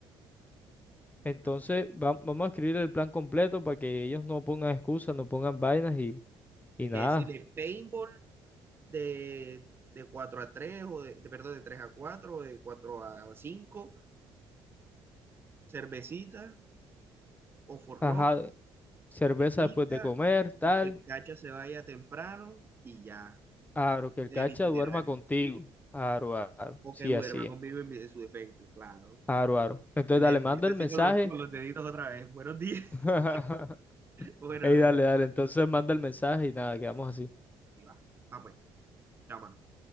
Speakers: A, on the left (about 15°); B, on the right (about 25°).
A: Entonces,
B: Ajá.
A: va- vamos a escribir el plan completo para que ellos no pongan excusas, no pongan vainas y, y
B: Hay
A: nada.
B: que decirle paintball de, de 4 a 3 o de, de- perdón, de 3 a 4 o de 4 a 5, cervecita, o forló,
A: Ajá. Cerveza
B: pipita,
A: después de comer, tal.
B: y que el cacha se vaya temprano y ya,
A: Aro, que el
B: el
A: cacha
B: itinerario.
A: duerma contigo. Aro, aro.
B: O
A: Sí,
B: que duerma
A: así es.
B: conmigo en mi- en su defecto, claro.
A: Aro, aro. Entonces,
B: Despierte
A: dale, manda el
B: así
A: mensaje.
B: con los, con los deditos otra vez. Buenos días. <laughs>
A: <laughs>
B: Bueno,
A: Ey,
B: dale.
A: dale, dale. Entonces manda el mensaje y nada, quedamos así.
B: Sí, va. Va pues. Chao, mano.